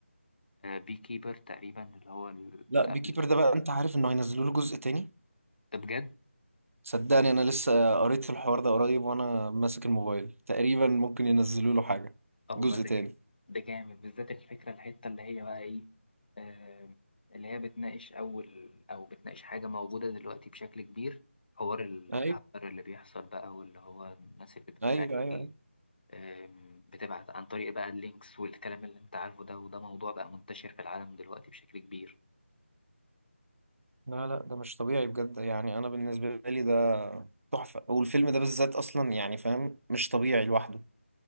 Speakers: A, on the left; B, on the right.
A: بي كيبر تقريبا اللي هو اللي
B: لا بيكيبر
A: قبل ده
B: ده بقى انت عارف انه هينزلوا له جزء تاني
A: بجد
B: صدقني انا لسه قريت الحوار ده قريب وانا ماسك الموبايل تقريبا ممكن ينزلوا له حاجه
A: اه
B: جزء
A: والله ده
B: تاني
A: جامد ده جامد بالذات الفكرة الحتة اللي هي بقى ايه آه، اللي هي بتناقش اول او بتناقش حاجة موجودة دلوقتي بشكل كبير حوار ال-
B: ايوه
A: الهاكر اللي بيحصل بقى واللي هو الناس اللي بتهاكل
B: ايوه ايوه ايوه
A: آم، بتبعت عن طريق بقى اللينكس والكلام اللي انت عارفه ده وده موضوع بقى منتشر في العالم دلوقتي بشكل كبير
B: لا لا ده مش طبيعي بجد يعني انا بالنسبه لي ده تحفه والفيلم ده بالذات اصلا يعني فاهم مش طبيعي لوحده